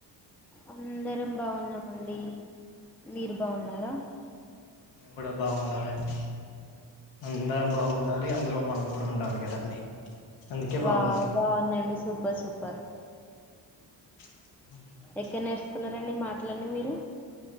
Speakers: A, in the centre; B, on the left.
A: అందరం బావున్నామండి మీరు బావున్నారా
B: మేము కూడా బావుండాలండి అందరం బాగున్ డాలి అందులో మనం కూడా ఉండాలి కదండి అందుకే
A: వావ్
B: బాగున్నాం
A: బావుందండి సూపర్ సూపర్
B: <inaudible>
A: ఎక్కడ నేరుసుకున్నారండి ఈ మాటలన్నీ మీరు